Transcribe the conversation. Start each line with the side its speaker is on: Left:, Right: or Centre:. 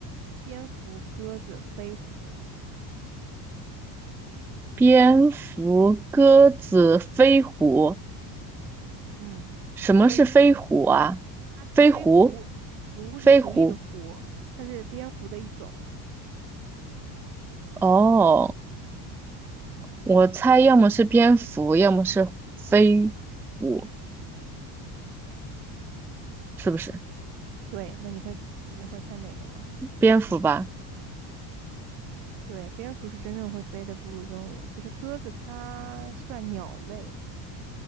Right: 蝙蝠、鸽子、飞狐。
Centre: 蝙蝠、鸽子、飞虎。
Right: 嗯，
Centre: 什么是飞虎啊？
Right: 飞狐，它飞狐，
Centre: 飞狐，
Right: 狐是狐狸的狐，
Centre: 飞狐。
Right: 它是蝙蝠的一种。
Centre: 哦，我猜要么是蝙蝠，要么是飞虎，是不是？
Right: 对，那你会猜你会猜哪个呢？
Centre: 蝙蝠吧。
Right: 对，蝙蝠是真正会飞的哺乳动物。其实鸽子它算鸟类，